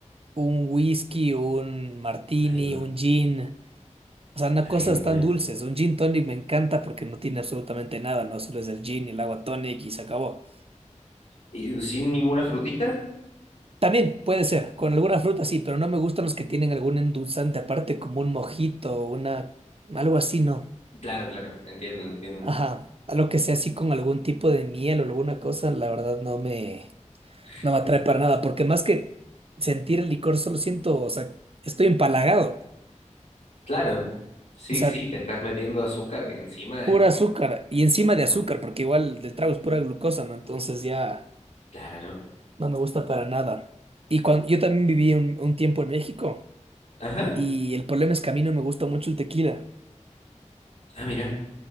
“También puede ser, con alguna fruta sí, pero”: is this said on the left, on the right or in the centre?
Right